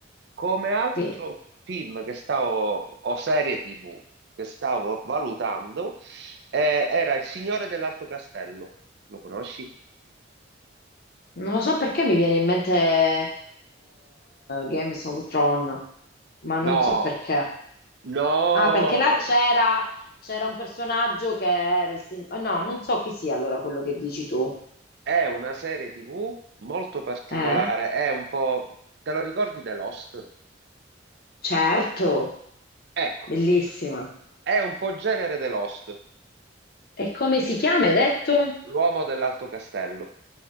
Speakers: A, on the right; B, on the left.
A: Come altro
B: sì.
A: film che stavo, o serie TV che stavo valutando, eh, era Il Signore dell'Alto Castello. Lo conosci?
B: Non lo so perché mi viene in mente eh, Games of Thrones, ma
A: No,
B: non so perché.
A: No,
B: Ah, perché là
A: no,
B: c'era c'era un personaggio che era il signore. no, non so chi sia allora quello che dici tu.
A: è una serie TV molto particolare,
B: Eh?
A: è un po'... Te lo ricordi The Lost?
B: Certo,
A: Ecco,
B: bellissima.
A: è un po' genere The Lost,
B: E come si chiama, hai detto?
A: l'uomo dell'Alto Castello,